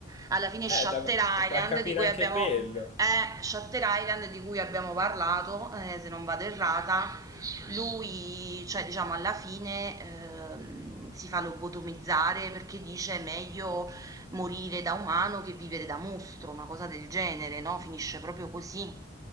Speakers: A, on the right; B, on the left.
A: Alla fine Shutter
B: Eh, da, da
A: Island
B: capire
A: di cui
B: anche
A: abbiamo,
B: quello.
A: eh, Shutter Island di cui abbiamo parlato, eh, se non vado errata, Lui, cioè diciamo alla fine, ehm, si fa lobotomizzare perché dice meglio morire da umano che vivere da mostro, una cosa del genere, no? Finisce proprio così